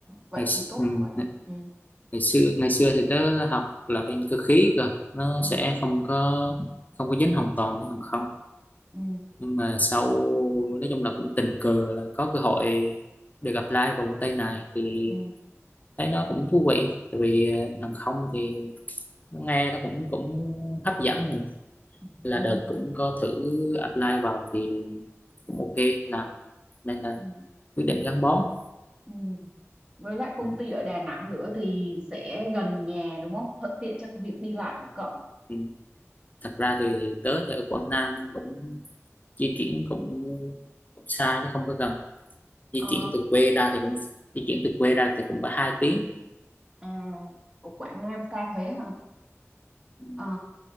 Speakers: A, on the right (about 20°); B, on the left (about 35°).
A: vậy
B: ngày xưa,
A: thì tốt quá.
B: ngày,
A: Ừ.
B: ngày xưa ngày xưa thì tớ học là bên cơ khí cơ nó
A: ừ
B: sẽ không có không có dính hoàn toàn đến hàng không
A: ừ
B: nhưng mà sau nói chung là cũng tình cờ là có cơ hội được apply vào công ty này thì
A: ừ
B: thấy nó cũng thú vị tại vì hàng không thì nghe nó cũng cũng hấp dẫn
A: <laughs>
B: là đợt cũng có thử apply vào thì cũng ok làm nên là
A: ừ
B: quyết định gắn bó
A: ừ Với lại công
B: ừ.
A: ty ở Đà Nẵng nữa thì sẽ gần nhà đúng không? Thuận tiện cho việc đi lại của cậu.
B: ừ. thật ra thì thì tớ ở Quảng Nam cũng di chuyển cũng, cũng xa chứ không có gần di
A: ờ
B: chuyển từ quê ra thì cũng di chuyển từ quê ra thì cũng phải hai tiếng
A: à của Quảng Nam xa thế hả
B: Ừ.
A: ờ